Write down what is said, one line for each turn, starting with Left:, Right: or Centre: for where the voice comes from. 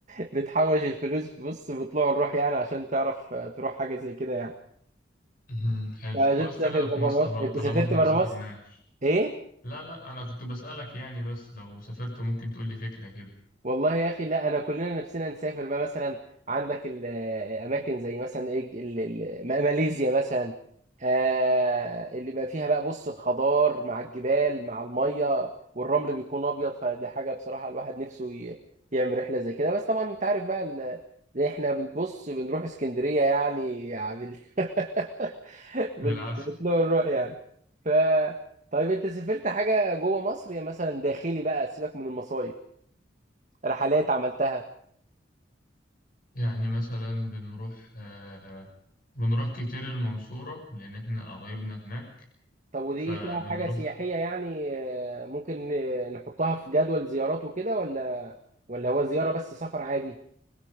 Right: <laughs> بتحوش الفلوس بص بطلوع الروح يعني عشان تعرف آه، تروح حاجه زي كده يعني
Left: مم، حلو
Right: عشان
Left: خلاص
Right: تسافر
Left: خلينا في
Right: بره
Left: مصر
Right: مصر
Left: بقى
Right: انت
Left: طالما
Right: سافرت
Left: احنا
Right: بره
Left: ما سافرناش
Right: مصر ايه
Left: لا لا انا كنت بسألك يعني بس لو سافرت ممكن تقول لي فكرة كده
Right: والله يا اخي لا انا كلنا نفسنا نسافر بقى مثلا عندك الاماكن زي مثلا ايه ال- ال- ما- ماليزيا مثلا آه اللي بقى فيها بقى بص الخضار مع الجبال مع الميه والرمل بيكون ابيض فدي حاجه بصراحه الواحد نفسه ي- يعمل رحله زي كده بس طبعا انت عارف بقى ال- احنا بنبص بنروح اسكندريه يعني يعني بال <laughs> بال
Left: بالعافية
Right: بنروح يعني ف طيب انت سافرت حاجه جوه مصر يا مثلا داخلي بقى سيبك من المصايف رحلات عملتها
Left: يعني مثلا بنروح آه بنروح كتير المنصورة لان احنا قرايبنا هناك
Right: طب ودي
Left: فبنروح
Right: فيها حاجة سياحية يعني آه، ممكن آه، نحطها في جدول زيارات وكده ولا ولا هو زيارة بس سفر عادي